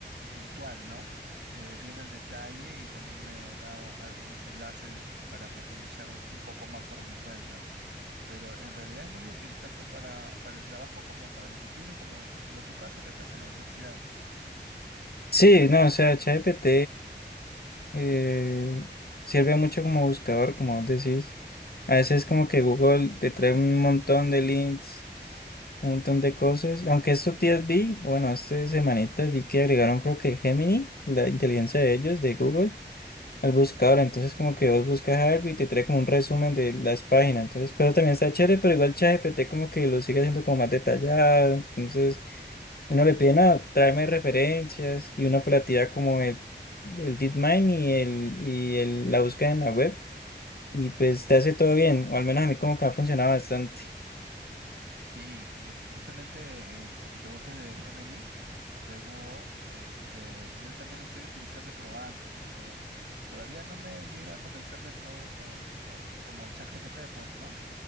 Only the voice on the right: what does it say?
puntual, ¿no? Eh, bien al detalle y también me da u- algunos enlaces de- para profundizar un, un poco más por mi cuenta. Pero en realidad es muy útil tanto para, para el trabajo como para los estudios, como, como tu caso que estás en la universidad.
Sí, es justamente eh, lo que preguntas de Gemini, de Google. Este, yo también la estoy utilizando y probando, pero todavía no me llega a convencer del todo con, con como ChatGPT, pues, ¿no?